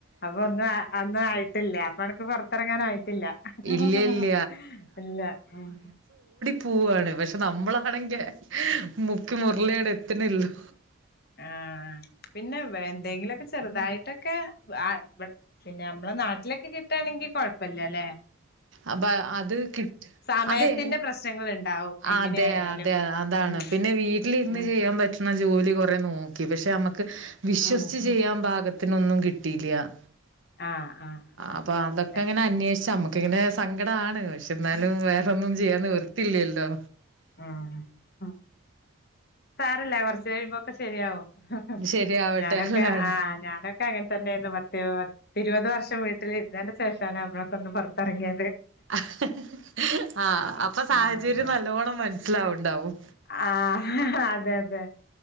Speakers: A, on the left (about 50°); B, on the right (about 65°).
A: അപ്പൊ ഒന്ന് ആ അന്ന് ആയി ടില്ലാ അപ്പൊ അനക്ക് പൊ റത്തറങ്ങാനായിട്ടില്ല <unintelligible>
B: ഇല്ല ഇല്ല
A: ഇല്ല മ്
B: പൂവാണ് പക്ഷെ നമ്മളാണെങ്കെ മുക്കി മുർളിയട് എത്ത്ണ്ല്ലോ
A: ആ പിന്നെ വെ എന്തെങ്കിലൊക്കെ ചെറുതായിട്ടൊക്കെ വ് ആ വ് പിന്നെ മ്മളെ നാട്ടിലൊക്കെ കിട്ടാ ണെങ്കി കൊഴപ്പല്ലൃലേ
B: അപ്പ അത് കിട്ട്
A: സമയത്തിന്റെ
B: അതേ
A: പ്രശ്നങ്ങൾ ഉണ്ടാവും എങ്ങനെ
B: അതെ
A: ആയാലും
B: അതെ അതാണ്
A: ഉം
B: പിന്നെ വീട്ടിലിര്ന്ന്
A: ഉം
B: ചെയ്യാൻ പറ്റ് ണജോലി കൊറേ നോക്കി പക്ഷെ മ്മക്ക് വിശ്വസിച്ച്
A: ഉം
B: ചെയ്യാൻ പാക ത്തിനൊന്നും കിട്ടീല്ലൃ ആ
A: ആഹ് ആഹ് ആഹ്
B: അപ്പാതൊക്കെ
A: അതെ
B: അങ്ങനെ അന്വേഷിച്ച മ്മക്ക് ക്ങ്ങനെ സങ്കടാണ് ക്ഷെ എന്നാലും വേറൊന്നും ചെയ്യാനി വർത്തില്ലല്ലോ
A: ആ ഹ് സാരല്ല കൊറച്ച് കഴിയുമ്പോക്കെ ശരിയാവും <unintelligible>
B: ശരിയാവട്ടെ
A: ഞാനൊക്കെ
B: അല്ലാണ്ട്
A: ആ ഞാനൊക് കെ അങ്ങൻതന്നേയ്ന്നു പതേ പത്തിരുപത് വർഷം വീട്ടിലിരുന്നേന്റെ ശേഷാണ് നമ്മളൊക്ക ഒന്ന് പൊറത്തറങ്ങിയത്
B: ആ ഹ് ഹ് അപ്പൊ സാഹചര്യം
A: ആഹ്
B: നല്ലോണ്ണം മനസ്സിലാവ്ണ്ടാവും
A: ആ ഹ ഹ അതെ അതെ